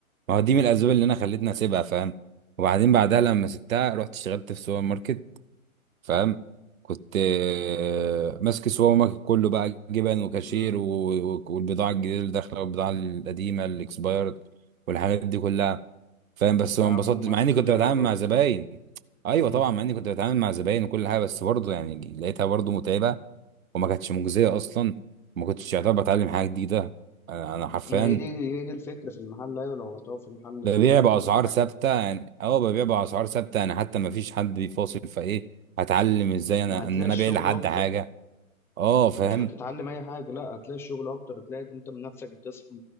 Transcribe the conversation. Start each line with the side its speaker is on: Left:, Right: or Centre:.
Right: ما هو دي من الاسباب اللي انا خلتني اسيبها فاهم وبعدين بعدها لما سبتها رحت اشتغلت في سوبر ماركت فاهم كنت آه، ماسك السوبر ماركت كله بقى جبن وكاشير
Centre: مم.
Right: و- و- والبضاعه الجديده اللي داخله والبضاعه القديمه الاكسبايرد والحاجات دي كلها فاهم بس
Centre: تعب
Right: ما انبسطتش
Centre: ومسؤوليه
Right: مع اني كنت بتعامل
Centre: برضه
Right: مع زباين ايوه
Centre: مم.
Right: طبعا مع اني كنت بتعامل مع زباين وكل حاجه بس برضه يعني لقيتها برضه متعبه وما كانتش مجزيه اصلا ما كنتش يعتبر بتعلم حاجه جديده انا أنا حرفيا
Centre: هي دي هي دي الفكره في المحل ايوه لو هتقف في محل
Right: ببيع
Centre: سوبر ماركت
Right: بأسعار
Centre: ولا حاجه
Right: ثابتة يعني اه ببيع بأسعار ثابتة يعني حتى ما فيش حد بيفاصل فايه هتعلم ازاي انا
Centre: وهتلاقي
Right: ان انا
Centre: الشغل
Right: ابيع لحد
Centre: اكتر
Right: حاجة اه فاهم
Centre: مش هتتعلم اي حاجه لا هتلاقي الشغل اكتر هتلاقي إن انت من نفسك بتصحى